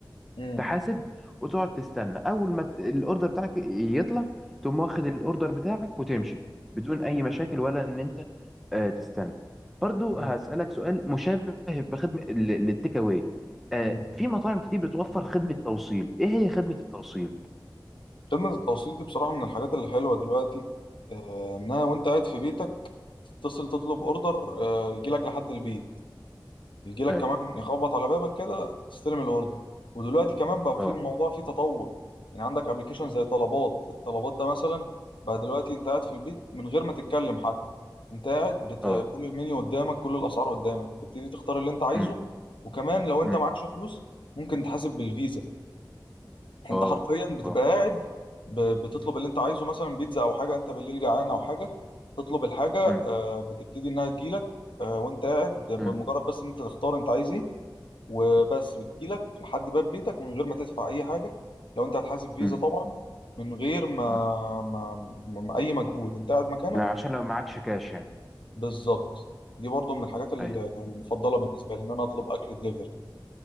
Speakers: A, on the left; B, in the centre.
A: مم.
B: تحاسب وتقعد تستنى اول ما ت- الاوردر بتاعك يطلع تقوم واخد الاوردر بتاعك وتمشي بدون اي مشاكل ولا ان انت آه، تستنى برضو
A: مم.
B: هسألك سؤال مشابه بخدمة ال- للتيك اواي آه،
A: مم.
B: في مطاعم كتير بتوفر خدمة توصيل ايه هي خدمة التوصيل
A: خدمة التوصيل دي بصراحة من الحاجات الحلوة دلوقتي آه، انها وانت قاعد في بيتك تتصل تطلب اوردر يجي لك لحد البيت يجي لك
B: اي
A: كمان يخبط على بابك كده تستلم الاوردر ودلوقتي كمان بقى
B: اه
A: في موضوع فيه تطور يعني عندك ابلكيشن زي طلبات الطلبات ده مثلا بقى دلوقتي انت قاعد في البيت من غير ما تتكلم حتى انت قاعد بت...
B: اه
A: كل المنيو قدامك كل الاسعار قدامك تبتدي تختار اللي انت عايزه
B: امم
A: وكمان لو انت
B: امم
A: معكش فلوس ممكن تحاسب بالفيزا يعني
B: اه
A: انت حرفيا بتبقى
B: اه
A: قاعد ب... بتطلب اللي انت عايزه مثلا بيتزا او حاجه انت بالليل جعان او حاجه تطلب الحاجه
B: امم
A: آه، بتبتدي انها تجيلك آه، وانت قاعد بمجرد
B: امم
A: بس ان انت تختار انت عايز ايه وبس بتجيلك لحد باب بيتك من غير ما تدفع اي حاجه لو انت هتحاسب فيزا
B: امم
A: طبعا من غير ما,
B: امم
A: ما, ما اي مجهود انت قاعد مكانك
B: لا عشان لو معكش كاش يعني
A: بالظبط دي برضو من الحاجات ال-
B: أيوة.
A: المفضله بالنسبه لي ان انا اطلب اكل دليفري